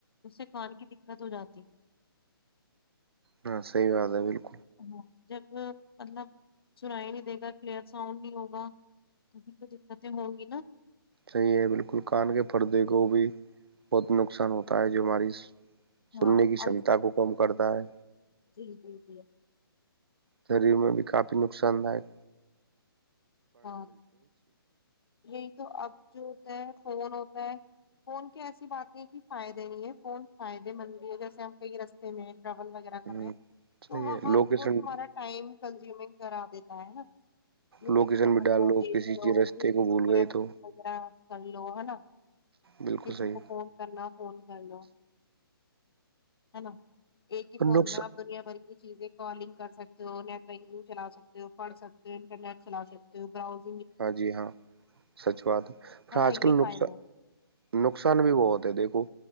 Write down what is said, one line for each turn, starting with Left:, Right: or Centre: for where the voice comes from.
Left: ج سے خان کی دقت ہو جاتی
Right: ہاں صح بات ہے بالکل
Left: ہاں، جب مطلب سرائی نہیں دے گا کلیئر ساؤنڈ نہیں ہوگا تو تو دقتیں ہوں گی نا
Right: صحیح ہے بالکل کان کے پردے کو بھی بہت نقصان ہوتا ہے جو ہماری
Left: ہاں
Right: سننے کی
Left: اور
Right: کمتا کو کم کر د پر
Left: جی جی جی
Right: شریر میں بھی کافی نقصان دائک
Left: ہاں یہی تو اب جو فون ہوتا ہے فون کی ایسی بات نہیں کہ فائدے نہیں ہے فون فائدے مند بھی ہے جیسے ہم کئی رستے میں ہیں ٹریول وغیرہ کر
Right: ہ
Left: رہے ہیں تو
Right: صحیح
Left: وہتت
Right: ہے لوکیشن
Left: تمہارا ٹائم کنزیومنگ کرا دیتا ہے نا لوکیشن
Right: لوگ جن مڈ
Left: وغیرہ
Right: ڈال لو
Left: دیکھ
Right: کسی
Left: لو
Right: کے رستے
Left: ایزیلی
Right: کو بھول
Left: کوئی
Right: گئے
Left: ایڈریس
Right: تو
Left: وغیرہ کر لو ہے نا
Right: بالکل
Left: کسی
Right: صحیح
Left: کو فون کرنا فون کر ل ہے نا ایک ہی فون
Right: اور نقص
Left: میں آپ دنیا بھر یہ چیزیں کالنگ کر سکتے ہو نیٹ بینکنگ چلا سکتے ہو پڑھ سکتے ہو انٹرنیٹ چلا سکتے ہو ج کا
Right: ہاں جی ہاں سچ بات ہے
Left: ہو
Right: پر
Left: نا
Right: آج کل
Left: یہ
Right: نقصان
Left: فائدہ ہے
Right: نقصان بھی بہت ہے دیکھو